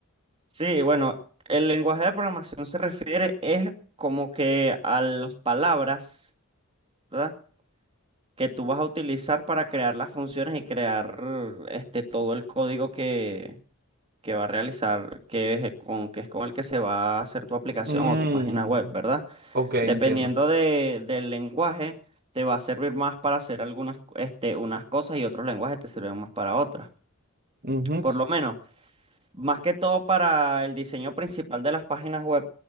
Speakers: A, on the right (about 25°); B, on the right (about 40°).
A: Sí, bueno, el lenguaje de programación se refiere es como que a las palabras. ¿verdad? que tú vas a utilizar para crear las funciones y crear este todo el código que, que va a realizar, que es el con, que es con el que se va a hacer tu aplicación
B: Mm,
A: o tu página web, ¿verdad?
B: ok, entiendo.
A: Dependiendo de, del lenguaje, te va a servir más para hacer algunas, este, unas cosas y otros lenguajes te sirven más para otras.
B: Ujú,
A: Por lo menos, más que todo para el diseño principal de las páginas web,